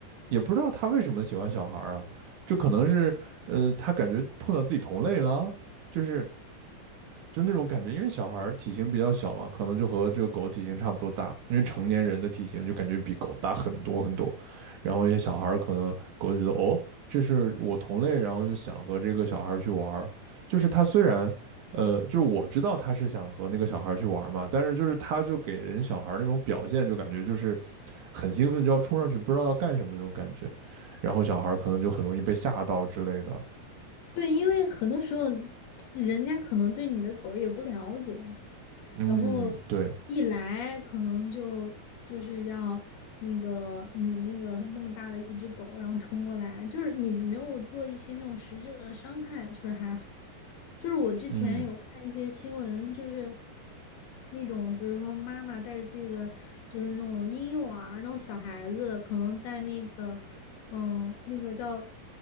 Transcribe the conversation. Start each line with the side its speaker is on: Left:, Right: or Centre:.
Right: 也不知道它为什么喜欢小孩儿啊，就可能是呃它感觉碰到自己同类了，就是就那种感觉，因为小孩体型比较小嘛，可能就和这个狗体型差不多大，因为成年人的体型就感觉比狗大很多很多，然后一些小孩可能狗就觉得哦，这是我同类，然后就想和这个小孩去玩儿就是他虽然。呃，就是我知道他是想和那个小孩去玩儿嘛，但是就是他就给人小孩那种表现，就感觉就是很兴奋，就要冲上去，不知道要干什么那种感觉，然后小孩可能就很容易被吓到之类的。
Left: 对，因为很多时候人家可能对你的狗也不了解，
Right: 嗯，
Left: 然后
Right: 对，
Left: 一来可能就就是要那个你那个那么大的一只狗，然后冲过来，就是你没有做一些那种实质的伤害，确实还好。就是我之前有看一些新闻，
Right: 嗯
Left: 就是那种比如说妈妈带着自己的就是那种婴幼儿那种小孩子，可能在那个。嗯，那个叫